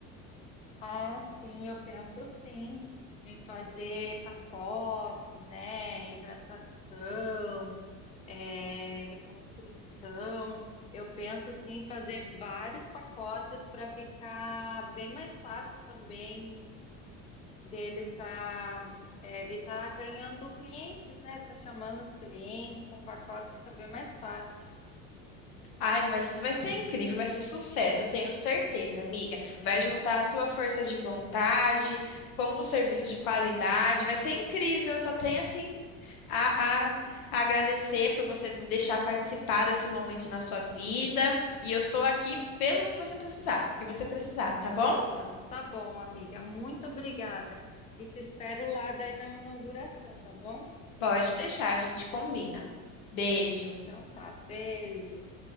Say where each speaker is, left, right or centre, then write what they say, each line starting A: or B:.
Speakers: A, on the left; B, on the left.
A: Ah, sim, eu penso sim em fazer pacotes, né? Hidratação, eh, reconstrução. Eu penso sim em fazer vários pacotes para ficar bem mais fácil também dele estar, eh, de estar ganhando clientes, né? Tá chamando os clientes com pacotes, fica bem mais fácil.
B: Ai, mas isso vai ser incrível, vai ser sucesso, eu tenho certeza, amiga. Vai juntar a sua força de vontade com o serviço de qualidade, vai ser incrível. Só tenho assim a, a- a agradecer por você me deixar participar desse momento na sua vida. E eu tô aqui pelo que você precisar, o que você precisar, tá bom?
A: Então, tá bom, amiga. Muito obrigada. E te espero lá daí na inauguração, tá bom?
B: Pode deixar, a gente combina. Beijo.
A: Então tá, beijo.